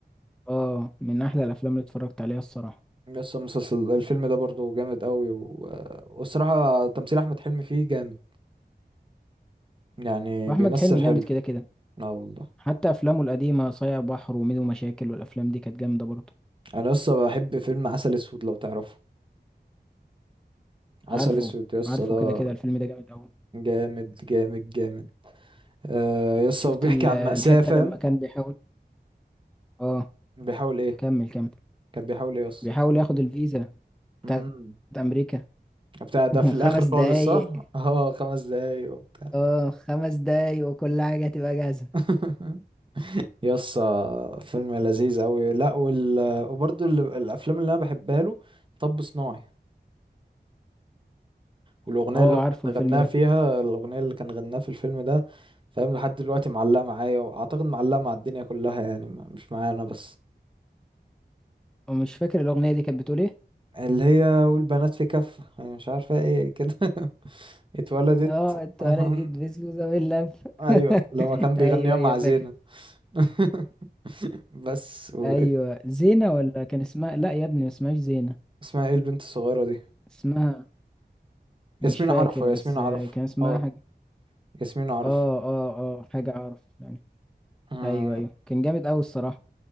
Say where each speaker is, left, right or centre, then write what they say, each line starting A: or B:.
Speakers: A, in the centre; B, on the right (about 30°).
A: اه من احلى الافلام اللي اتفرجت عليها الصراحة
B: يس المسلسل الفيلم ده برضو جامد قوي و... والصراحة تمثيل احمد حلمي فيه جامد يعني
A: واحمد
B: بيمثل
A: حلمي
B: حلو
A: جامد كده كده
B: اه والله
A: حتى افلامه القديمه صايع بحر وميدو مشاكل والافلام دي كانت جامده برضه
B: انا لسه بحب فيلم عسل اسود لو تعرفه عسل
A: عارفه
B: اسود يس
A: عارفه
B: ده
A: كده كده الفيلم ده جامد قوي
B: جامد جامد جامد آه يس
A: شفت
B: هو بيحكي
A: ال-
B: عن
A: الحته
B: مأساة فاهم
A: لما كان بيحاول اه
B: بيحاول ايه
A: كمل كمل
B: كان بيحاول ايه
A: بيحاول ياخد الفيزا
B: يس
A: بتاعت امريكا
B: بتاع ده
A: <laughs>
B: في الاخر
A: خمس دقايق
B: خالص صح اه خمس دقايق وبتاع
A: اه خمس دقايق وكل حاجه هتبقى جاهزه
B: <laughs> يس فيلم لذيذ قوي لا وال... وبرضه ال- الافلام اللي انا بحبها له طب صناعي والاغنيه
A: اه
B: اللي هو
A: عارفه
B: كان
A: الفيلم
B: غناها
A: ده
B: فيها الاغنيه اللي كان غناها في الفيلم ده فاهم لحد دلوقتي معلقه معايا واعتقد معلقه مع الدنيا كلها يعني ما- مش معايا انا بس
A: ومش فاكر الاغنيه دي كانت بتقول ايه
B: اللي هي والبنات في كف أنا مش عارفه ايه كده <laughs> اتولدت
A: اه التوالة
B: <laughs>
A: دي بسبوسه باللف
B: ايوه
A: <laughs>
B: لما كان بيغنيها
A: ايوه ايوه
B: مع
A: فاكر
B: زينة <laughs> بس و...
A: ايوه زينه ولا كان اسمها لا يا ابني ما اسمهاش زينه
B: اسمها ايه البنت الصغيرة دي
A: اسمها مش
B: ياسمين
A: فاكر
B: عرفة
A: بس
B: ياسمين عرفة
A: آه، كان اسمها
B: اه
A: حاجة
B: ياسمين عرفة
A: اه اه اه حاجة اعرف يعني
B: أمم،
A: ايوه ايوه كان جامد اوي الصراحة